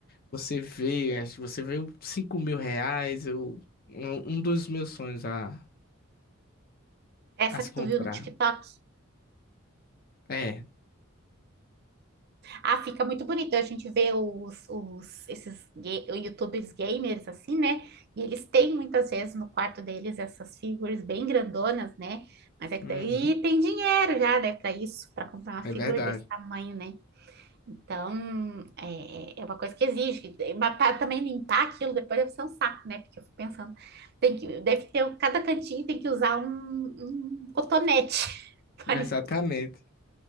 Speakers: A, on the left; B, on the right.
A: você vê, acho que você vê o cinco mil reais. Eu, é um um dos meus sonhos a,
B: Essa
A: a se
B: que
A: comprar.
B: tu viu no TikTok.
A: É.
B: Ah, fica muito bonito. A gente vê os, os esses ga- YouTubers gamers assim, né? E eles têm muitas vezes no quarto deles essas figures bem grandonas, né? Mas é que
A: Uhum.
B: daí tem dinheiro já, né, para isso, para comprar uma figura
A: É verdade.
B: desse tamanho, né? Então, é, é é uma coisa que exige. Mas para também limpar aquilo depois deve ser um saco, né? Porque eu fico pensando, tem que, deve ter, cada cantinho tem que usar um, um cotonete. <laughs> pra
A: Exatamente.
B: limpar,